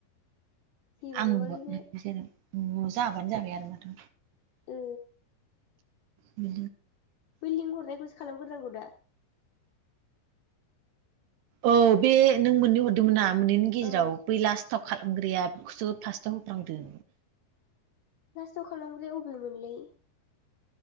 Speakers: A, on the left; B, on the right.
A: जेबो
B: आं
A: नङालै
B: नहरनाय
A: बे
B: ज न जाबानो जाबाय आरो माथो।
A: ओ
B: बि
A: बै लिं हरनायखौसो खालामग्रोनांगौ दा।
B: औ बे नों मोननै हरदोंमोनना मोननैनि गेजेराव
A: औ
B: बै लास्ट। स्थाव खालामग्राया बेखौसो फास्टआव होफ्रांदों।
A: फासथाव' खालामग्राया अबेमोनलै?